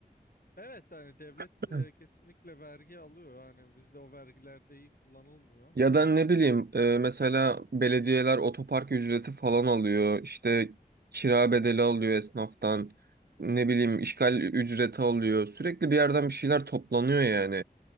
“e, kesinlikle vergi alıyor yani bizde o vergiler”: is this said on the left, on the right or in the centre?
Left